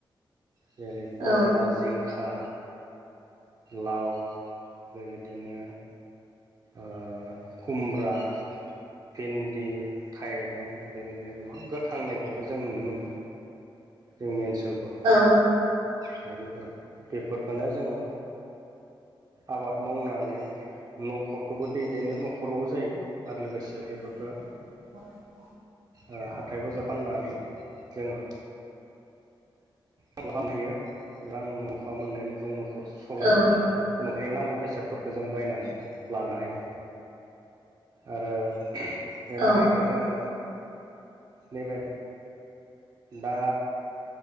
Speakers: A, on the right; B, on the right.
A: जेरै
B: औ
A: फरला जिंखा लाउ बेबायदिनो ओ खुमब्रा भिन दि थाइबें बेबायदिनो गोबां गोथां मैगंखौ जों नुनो मोनो। जोंनि ओनसोलफोराव
B: औ
A: दा बेफोर बेफोरखौनो जोङो आबाद मावनानै न'खरखौबो दैदेनो न'खरावबो जायो आरो लोगोसे
B: <inaudible>
A: बेफोरखौ ओ हाथाय बाजार फाननानै जोङो फानहैयो आरो रां मोनफा मोननायनो जों न'खर सालायो
B: औ
A: बा न'खरनि नांगौ बेसादफोरखौ जों बायनानै लानो हायो। आरो बे माइखो
B: औ
A: जोङो नैबे दा